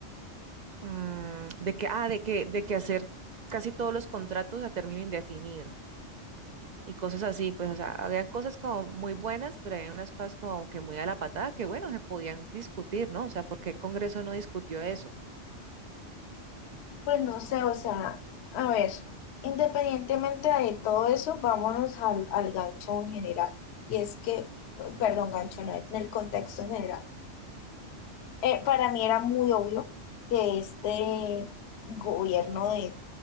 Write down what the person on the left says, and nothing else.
Pues no sé, o sea, a ver, independientemente de todo eso, vámonos al, al gancho en general. Y es que, perdón, gancho, no, en el contexto en general. Eh, para mí era muy obvio que este gobierno de,